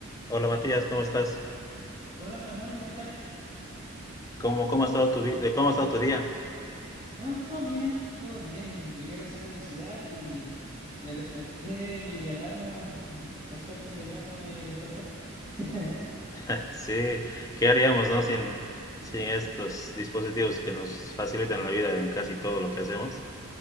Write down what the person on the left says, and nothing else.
Hola Matías, ¿cómo estás?
¿Cómo, cómo ha estado tu vi- eh, cómo ha estado tu día?
<laughs> Sí, ¿qué haríamos, no? Sin, sin estos dispositivos que nos facilitan la vida en casi todo lo que hacemos.